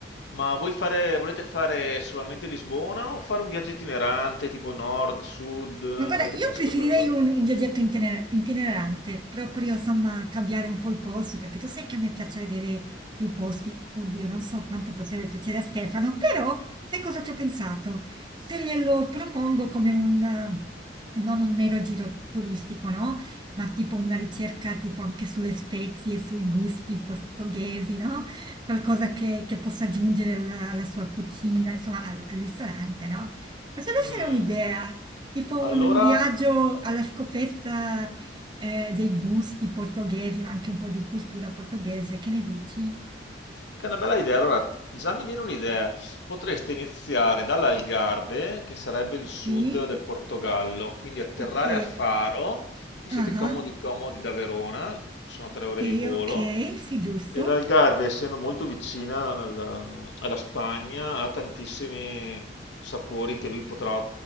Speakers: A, on the left; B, on the right.
A: Ma voi fare, volete fare solamente Lisbona o fare un viaggio itinerante tipo nord, sud? Avete
B: Ma guarda, io
A: pensato
B: preferirei
A: a qualcosa?
B: un, un viaggetto itine- itinerante, proprio insomma cambiare un po' i posti, perché tu sai che a me piace vedere più posti. Oddio, non so quanto potrebbe piacere a Stefano, però sai cosa ci ho pensato? Se glielo propongo come un, eh, non un mero giro turistico, no? Ma tipo una ricerca tipo anche sulle spezie, sui gusti portoghesi, no? Qualcosa che, che possa aggiungere alla, alla sua cucina, insomma al al ristorante, no? Potrebbe
A: Mm.
B: essere un'idea. Tipo un,
A: Allora,
B: un viaggio alla scoperta eh, dei gusti portoghesi, ma anche un po' di cultura portoghese, che ne dici?
A: Che è una bella idea. Allora, già mi viene un'idea. Potreste iniziare dall'Algarve, che sarebbe il sud
B: Sì?
A: del Portogallo, quindi atterrare
B: Ok.
A: a Faro, che siete
B: Ah,
A: comodi comodi da Verona, sono tre ore
B: Sì,
A: di volo,
B: ok, sì, giusto.
A: e l'Algarve, essendo molto vicina al- alla Spagna, ha tantissimi sapori che lui potrà